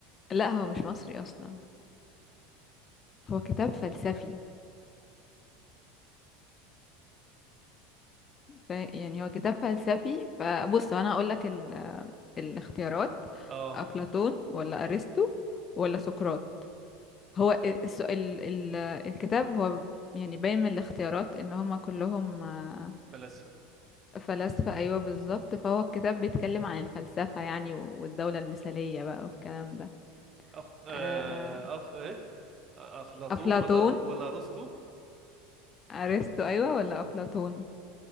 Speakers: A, on the left; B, on the right.
A: لا هو مش مصري اصلا هو كتاب فلسفي ف... يعني هو كتاب فلسفي فبص انا هقول لك ال... الاختيارات
B: اه
A: افلاطون ولا ارسطو ولا سقراط هو الس... ال... ال... الكتاب هو يعني باين من الاختيارات ان هما كلهم آه،
B: فلاسفة
A: فلاسفة أيوة بالظبط فهو الكتاب بيتكلم عن الفلسفة يعني و- والدولة المثالية بقى والكلام ده
B: أف... آه،
A: آه،
B: أف... إيه؟ أفلاطون
A: أفلاطون
B: ولا ولا أرسطو
A: أرسطو أيوة ولا أفلاطون